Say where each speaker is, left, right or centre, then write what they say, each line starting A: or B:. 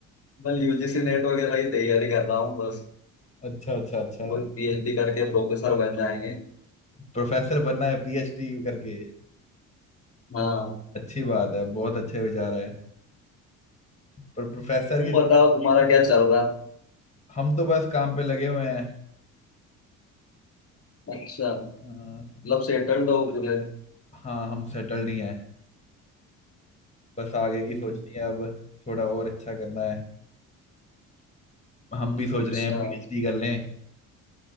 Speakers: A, on the left; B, on the left.
A: यूजीसी नेट वगैरह की तैयारी कर रहा हूँ बस
B: अच्छा अच्छा अच्छा
A: कोई पीएचडी करके प्रोफेसर बन जाएंगे
B: प्रोफेसर बनना है पीएचडी करके
A: हाँ
B: अच्छी बात है बहुत अच्छे विचार है पर प्रोफेसर
A: तुम
B: की
A: बताओ तुम्हारा क्या चल रहा
B: हम तो बस काम पे लगे हुए हैं
A: है अच्छा
B: अ,
A: मतलब सेटल्ड हो पूरे
B: हाँ हम सेटल्ड ही हैं बस आगे की
A: हम्म,
B: सोचनी है अब थोड़ा और अच्छा करना है हम भी सोच
A: अच्छा
B: रहे हैं पीएचडी कर लें